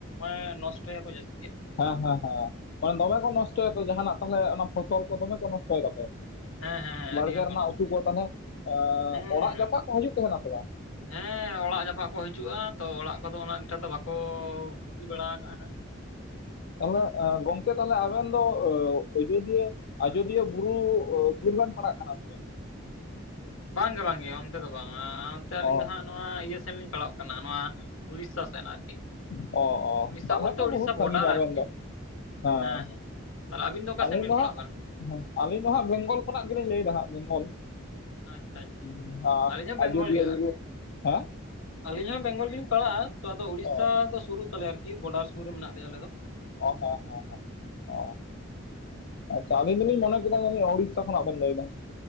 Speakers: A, on the left (about 85°); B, on the left (about 50°).
A: ᱮᱸ ᱱᱚᱥᱴᱚᱭᱟᱠᱚ ᱡᱟᱹᱥ
B: ᱦᱟᱸ ᱦᱮᱸ ᱦᱮᱸ ᱵᱟᱠᱷᱟᱱ ᱵᱟᱵᱟ ᱠᱚ ᱱᱚᱥᱴᱚᱭᱟ ᱛᱚ ᱡᱟᱦᱟᱸᱱᱟᱜ ᱛᱟᱦᱮᱞᱮ ᱚᱱᱟ ᱯᱷᱚᱥᱚᱞ ᱠᱚ ᱫᱚᱢᱮ ᱠᱚ ᱱᱚᱥᱴᱚᱭ ᱛᱟᱯᱮ᱾
A: ᱦᱮᱸ ᱦᱮᱸ ᱦᱮᱸ
B: ᱵᱟᱲᱜᱮ
A: ᱟᱹᱰᱤ ᱜᱟᱱ
B: ᱨᱮᱱᱟᱜ
A: ᱱᱚᱥᱴᱚᱭᱟ
B: ᱩᱛᱩ ᱠᱚ ᱛᱟᱦᱮᱞᱮ ᱮᱸᱻ
A: ᱦᱮᱸ
B: ᱚᱲᱟᱜ
A: ᱦᱮᱸ
B: ᱡᱟᱯᱟᱜ ᱠᱚ ᱦᱤᱡᱩᱜ ᱛᱟᱦᱮᱸᱱᱟ ᱥᱮ ᱵᱟᱝ?
A: ᱦᱮᱸ ᱚᱲᱟᱜ ᱡᱟᱯᱟᱜ ᱠᱚ ᱦᱤᱡᱩᱜᱼᱟ, ᱛᱚ ᱚᱲᱟᱜ ᱠᱚᱫᱚ ᱩᱱᱟᱹᱜ ᱴᱟᱜ ᱫᱚ ᱵᱟᱠᱚᱻ ᱠᱷᱩᱛᱤ ᱵᱟᱲᱟ ᱦᱟᱠᱟᱜᱼᱟ ᱱᱷᱟᱸᱜ᱾
B: ᱛᱟᱦᱚᱞᱮ ᱮᱸᱻ ᱜᱚᱝᱠᱮ ᱛᱟᱦᱮᱞᱮ ᱟᱵᱮᱱ ᱫᱚ ᱟᱹᱻ ᱳᱡᱳᱫᱤᱭᱟᱹ ᱟᱡᱚᱫᱤᱭᱟᱹ ᱵᱩᱨᱩᱻᱩ ᱥᱩᱨ ᱨᱮᱢ ᱯᱟᱲᱟᱜ ᱠᱟᱱᱟ ᱥᱮ ᱪᱮᱫ?
A: ᱵᱟᱝ ᱜᱮ ᱵᱟᱝ ᱜᱮ, ᱚᱱᱛᱮ ᱫᱚ ᱵᱟᱝᱼᱟᱸ ᱚᱱᱛᱮ ᱟᱹᱞᱤᱧ
B: ᱚ
A: ᱫᱚ ᱦᱟᱸᱜ ᱱᱚᱣᱟ ᱤᱭᱟᱹ ᱥᱮᱱ ᱞᱤᱧ ᱯᱟᱲᱟᱣᱼᱚᱜ ᱠᱟᱱᱟ ᱱᱚᱣᱟ ᱩᱲᱤᱥᱥᱟ ᱥᱮᱱ ᱟᱨᱠᱤ,
B: ᱚ ᱚ
A: ᱩᱲᱤᱥᱥᱟ
B: ᱛᱟᱦᱚᱞᱮ
A: ᱵᱚᱞᱛᱮ
B: ᱛᱚ
A: ᱩᱲᱤᱥᱥᱟ
B: ᱵᱚᱦᱩᱛ ᱥᱟᱺᱜᱤᱧ
A: ᱵᱚᱰᱟᱨ
B: ᱟᱵᱮᱱ
A: ᱟᱨᱠᱤ,
B: ᱫᱚ ᱦᱮᱸ
A: ᱮᱸ ᱛᱟᱦᱚᱞᱮ ᱟᱹᱵᱤᱱ ᱫᱚ ᱚᱠᱟ
B: ᱟᱹᱞᱤᱧ
A: ᱥᱮᱱ ᱵᱤᱱ
B: ᱦᱟᱸᱜ
A: ᱯᱟᱲᱟᱜᱼᱚᱜ ᱠᱟᱱᱟ?
B: ᱦᱮᱸ ᱟᱹᱞᱤᱧ ᱫᱚ ᱦᱟᱸᱜ ᱵᱮᱝᱜᱚᱞ ᱠᱷᱚᱱᱟᱜ ᱜᱮᱞᱤᱧ ᱞᱟᱹᱭ ᱮᱫᱟ ᱦᱟᱸᱜ ᱵᱮᱝᱜᱚᱞ᱾
A: ᱟᱪᱪᱷᱟ ᱟᱪᱪᱷᱟ
B: ᱦᱩᱸ ᱦᱟ
A: ᱟᱹᱞᱤᱧ ᱦᱚᱸ ᱵᱮᱝᱜᱚᱞ
B: ᱟᱡᱚᱫᱤᱭᱟᱹ
A: ᱜᱮ
B: ᱵᱩᱨᱩ,
A: ᱟᱨᱠᱤ
B: ᱦᱮᱸ?
A: ᱟᱹᱞᱤᱧ ᱦᱚᱸ ᱵᱮᱝᱜᱚᱞ ᱜᱮᱞᱤᱧ ᱯᱟᱲᱟᱜᱼᱟ ᱛᱚ ᱟᱫᱚ ᱩᱲᱤᱥᱥᱟ
B: ᱚ
A: ᱫᱚ ᱥᱩᱨᱩᱜ ᱛᱟᱞᱮᱭᱟ ᱟᱨᱠᱤ ᱵᱚᱰᱟᱨ ᱥᱩᱨ ᱨᱮ ᱢᱮᱱᱟᱜ ᱞᱮᱭᱟ ᱟᱞᱮ ᱫᱚ᱾
B: ᱚ ᱦᱚᱸ ᱦᱚᱸ ᱦᱚᱸ, ᱚᱸ᱾ ᱟᱪᱪᱷᱟ, ᱟᱹᱞᱤᱧ ᱫᱩᱞᱤᱧ ᱢᱚᱱᱮ ᱠᱮᱫᱟ ᱡᱟᱹᱱᱤᱡ ᱳᱲᱤᱥᱥᱟ ᱠᱷᱚᱱᱟᱜ ᱵᱮᱱ ᱞᱟᱹᱭ ᱮᱫᱟ᱾